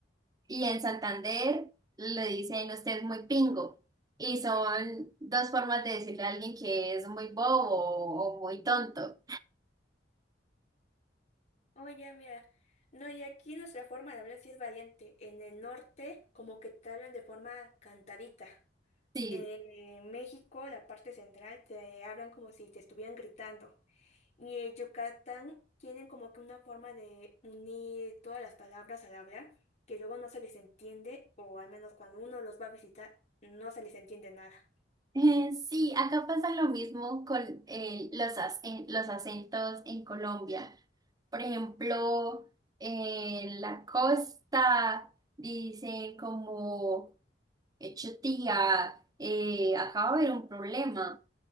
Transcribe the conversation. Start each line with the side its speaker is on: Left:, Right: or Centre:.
Right: Y en Santander le dicen usted es muy pingo. Y son dos formas de decirle a alguien que es muy bobo o, o muy tonto.
Left: Oye, mira, no, y aquí nuestra forma de hablar sí es variante. En el norte como que te hablan de forma cantadita.
Right: Sí.
Left: En México, la parte central, te hablan como si te estuvieran gritando. Y el Yucatán tienen como que una forma de unir todas las palabras al hablar, que luego no se les entiende, o al menos cuando uno los va a visitar, no se les entiende nada.
Right: Eh, Sí, acá pasa lo mismo con eh, los, ac- los acentos en Colombia. Por ejemplo, en la costa dicen como, hecho tía, eh, acaba de haber un problema.